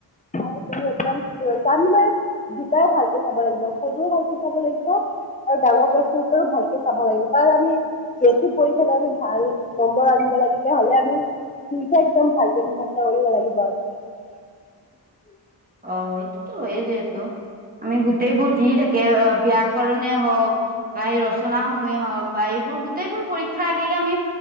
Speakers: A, on the left; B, on the right.
A: হয় তুমি একদম চিয়ৰ আমি মানে দুটাই ভালকে চাব লাগিব সৰু ভালকে চাব লাগিব আৰু ডাঙৰ প্ৰশ্নউত্তৰো ভালকে চাব লাগিব কাৰণ আমি যিহেতু পৰীক্ষাত আমি ভাল নম্বৰ আনিব লাগিলে হলে আমি দুুইটা একদম ভালকে মুখস্থ কৰিব লাগিব আৰু- উ <unintelligible>
B: অঁ এইটোতো হয়ে যিহেতু আমি গোটেইবোৰ যি থাকে বিয়াক্যৰণে হওক বা এই ৰচনা সমূহে হওঁক বা এইবোৰ গোটেইবোৰ পৰীক্ষা আগে-আগে আমি